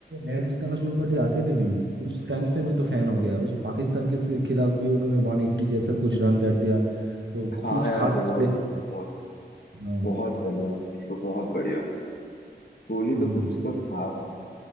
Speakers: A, on the right; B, on the left.
A: मैच जिताना शुरू कर दिया अकेले नहीं उस टाइम से मैं तो फैन हो गया उस पाकिस्तान के से- खिलाफ भी उन्होंने वन एट्टी जैसा कुछ रन जड़ दिया तो
B: हाँ
A: कुछ
B: हाँ यार
A: खास
B: बहुत
A: प्लेयर
B: बहुत
A: था
B: बहुत
A: हाँ
B: बहुत बढ़िया भाई ये तो बहुत बढ़िया कोहली तो
A: हम्म,
B: कुछ तो था भाई